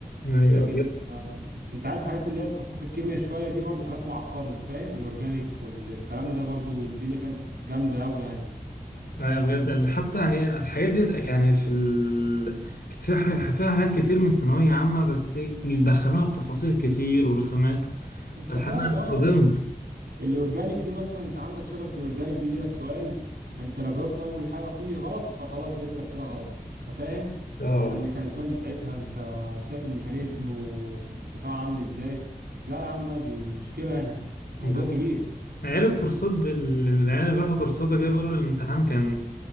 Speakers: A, on the left; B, on the right.
A: ايوه
B: لكن
A: بجد
B: آه انت عارف الحاجات اللي هي متخصصة في الكيمياء شوية دي برضو حاجات معقدة انت فاهم الاورجانيك والكلام ده برضو الدنيا فاهم جامدة أوي يعني
A: ايوه بجد اللي حتى يعني الحاجات دي يعني في ال... كانت فيها ح- فيها حاجات كتير من ثانوية عامة بس إيه، دخلوها بتفاصيل كتير ورسومات
B: انت
A: فالحقيقة
B: فاهم
A: أنا اتصدمت
B: اه الاورجانيك دي مثلا انت عندك شجره الاورجانيك دي يجيلك سؤال انت لو جاوبت اول حاجه فيه غلط فخلاص بقيت الاسئله غلط انت فاهم
A: اه
B: ولا
A: والله
B: الميكانيزمات بتاعتها انت شايف الميكانيزم والتفاعل عامل ازاي لا يا عم لا دي مشكله يعني موضوع
A: بس
B: كبير
A: عيال الكورسات بال... العيال اللي بيروحوا كورسات وكده بيقولوا الامتحان كان